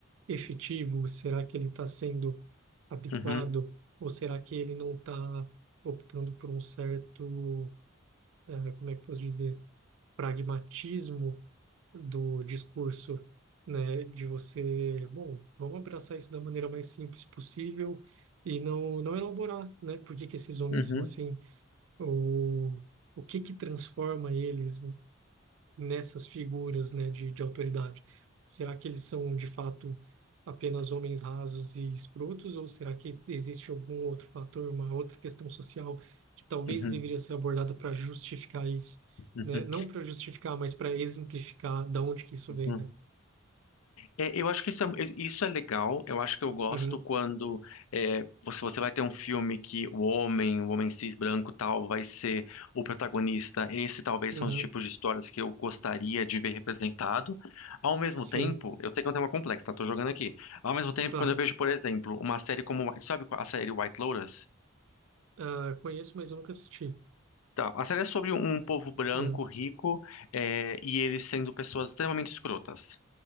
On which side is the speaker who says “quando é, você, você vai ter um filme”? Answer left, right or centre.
Left